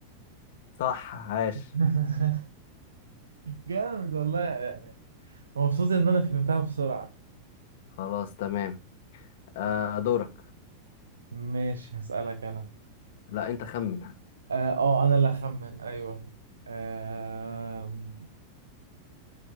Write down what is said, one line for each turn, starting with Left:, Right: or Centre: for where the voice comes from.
Left: صح عاش
Right: <laughs> جامد والله مبسوط ان انا فهمتها بسرعة
Left: خلاص تمام آه دورك
Right: ماشي هسألك انا
Left: لا انت خمن
Right: اه آه، انا اللي اخمن ايوه آه